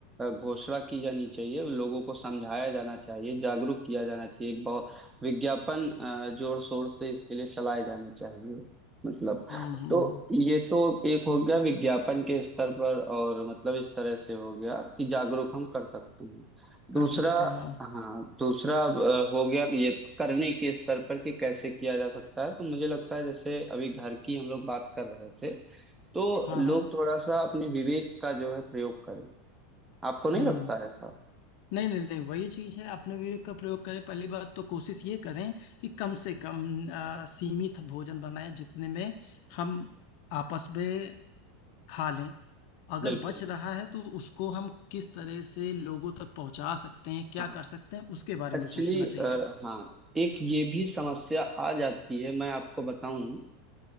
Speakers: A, on the right; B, on the left.
A: घोषणा की जानी चाहिए लोगों को समझाया जाना चाहिए जागरूक किया जाना चाहिए बहुत विज्ञापन अ, जोर शोर से इसके लिए चलाए जाने चाहिए मतलब
B: हम्म हम्म
A: तो
B: हम्म,
A: ये तो एक हो गया विज्ञापन के स्तर पर और मतलब इस तरह से हो गया कि जागरूक हम कर सकते हैं दूसरा
B: कर सकते हैं हम
A: हाँ दूसरा अब, अ, हो गया कि ये करने के स्तर पर कि कैसे किया जा सकता है तो मुझे लगता है जैसे अभी घर की हम लोग बात कर रहे थे तो
B: हाँ
A: लोग
B: हाँ
A: थोड़ा सा अपने विवेक का जो है प्रयोग करें आपको नहीं
B: हम्म
A: लगता है साहब
B: नहीं नहीं नहीं वही चीज है अपने विवेक का प्रयोग करें पहली बात तो कोशिश ये करें कि कम से कम आ, सीमित भोजन बनाएं जितने में हम आपस में खा लें अगर
A: बिल्कुल
B: बच रहा है तो उसको हम किस तरह से लोगों तक पहुंचा सकते हैं क्या
A: हाँ
B: कर सकते हैं उसके बारे
A: एक्चुअली
B: में सोचना चाहिए
A: हाँ एक ये भी समस्या आ जाती है मैं आपको बताऊं